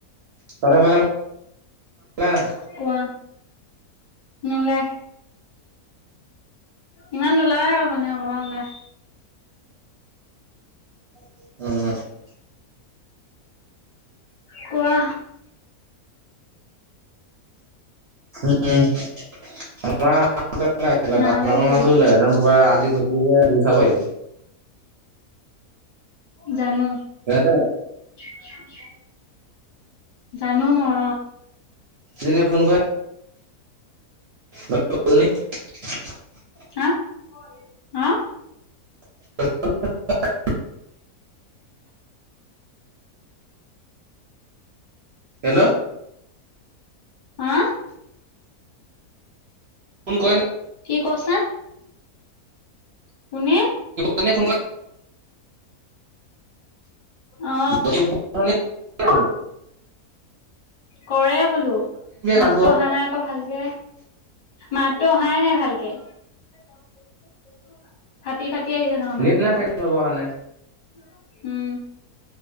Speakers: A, on the right; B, on the left.
A: চ বেল নাই
B: কোৱা নোলাই ইমান নোলায় আৰু মানে অকণমান ওলায়
A: উম
B: কোৱা
A: উম আ ডাৰ
B: মাহঁতে
A: ডাঙৰ
B: কি
A: মাছ
B: কৰিছে?
A: ওলাই একদম পুৰা আজি গধূলি কে শ খা পাৰিব
B: জানো
A: কছে ন
B: উ জানো মই
A: তন ফোন কৰে <unintelligible>
B: হা হা
A: <unintelligible> হেল্ল'
B: হা
A: ফোন কই ন
B: কি কৈছা? কোনে?
A: কোনে ফোন
B: অ
A: কৰি <unintelligible> ক
B: কৰে বোলো মাতটো
A: মাতবোৰত
B: অহা নাই আকৌ ভালকে মাতটো অহাই নাই ভালকে। <unintelligible> ফাটি ফাটি আহিছে তোমাৰ মাতটোৰ
A: নেট নাই চাগে
B: আকৌ,
A: নেটৱৰ্কৰ কাৰণে
B: উম।